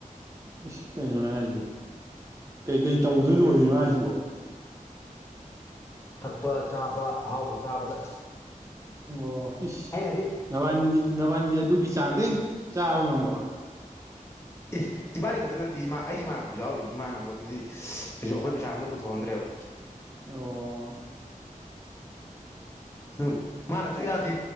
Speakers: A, on the right; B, on the left.
A: ꯏꯁ ꯀꯩꯅꯣꯅꯦ ꯍꯥꯏꯁꯤꯕꯣ ꯀꯩꯀꯩ ꯇꯧꯕꯗ ꯂꯣꯏꯔꯤꯅꯣ ꯍꯥꯏꯁꯤꯕꯣ
B: ꯊꯛꯄ ꯆꯥꯕ ꯑꯍꯥꯎꯕ ꯆꯥꯕꯗ
A: ꯑꯣ ꯏꯁ
B: ꯑꯩꯅꯗꯤ
A: ꯅꯕꯥꯅꯤ ꯅꯕꯥꯟꯅꯤꯗꯤ ꯑꯗꯨꯒꯤ ꯆꯥꯡꯗꯤꯡ ꯆꯥꯕ ꯉꯝꯃꯕ
B: ꯏ ꯏꯕꯥꯅꯤ ꯈꯛꯇ ꯅꯠꯇꯦ ꯏꯃꯥ ꯑꯩ ꯏꯃꯥꯟꯅꯕꯁꯨ ꯌꯥꯎꯔꯤꯅꯤ ꯏꯃꯥꯟꯅꯕ ꯑꯗꯨꯗꯤ ꯀꯩꯁꯨ ꯑꯩꯈꯣꯏ ꯄꯩꯁꯥꯑꯃꯇ ꯄꯨꯊꯣꯛ ꯍꯟꯗ꯭ꯔꯦꯕ
A: ꯑꯣ
B: ꯎꯝ ꯃꯥꯅꯁꯨ ꯌꯥꯗꯦ